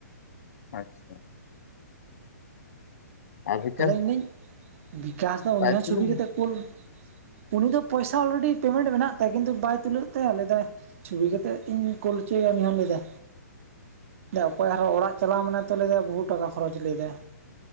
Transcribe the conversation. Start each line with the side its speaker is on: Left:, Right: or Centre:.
Left: ᱟᱪᱪᱷᱟ᱾ ᱟᱨ ᱵᱤᱠᱟᱥ
Right: ᱟᱫᱚ ᱤᱧ ᱢᱟ ᱵᱤᱠᱟᱥ ᱫᱚ ᱩᱱᱤ
Left: ᱨᱟᱭᱯᱩᱨ
Right: ᱦᱚᱸ ᱪᱷᱚᱵᱤ ᱠᱟᱛᱮ ᱠᱩᱞ ᱩᱱᱤ ᱫᱚ ᱯᱚᱭᱥᱟ ᱚᱞᱨᱮᱰᱤ ᱯᱮᱢᱮᱱᱴ ᱢᱮᱱᱟᱜ ᱛᱟᱭᱟ ᱠᱤᱱᱛᱩ ᱵᱟᱭ ᱛᱩᱞᱟᱹᱜ ᱛᱟᱭᱟ ᱞᱮᱫᱟᱭ ᱪᱷᱚᱵᱤ ᱠᱟᱛᱮᱜ ᱤᱧ ᱠᱩᱞ ᱦᱚᱪᱚᱭᱟ ᱩᱱᱤᱦᱚ ᱞᱟᱹᱭᱟᱫᱟ᱾ ᱚᱠᱚᱭ ᱟᱨᱦᱚᱸ ᱚᱲᱟᱜ ᱪᱟᱞᱟᱣ ᱢᱟᱱᱮ ᱛᱚ ᱞᱟᱹᱭ ᱮᱫᱟ ᱵᱚᱦᱩ ᱴᱟᱠᱟ ᱠᱷᱚᱨᱚᱪ ᱞᱟᱹᱭᱫᱟᱭ᱾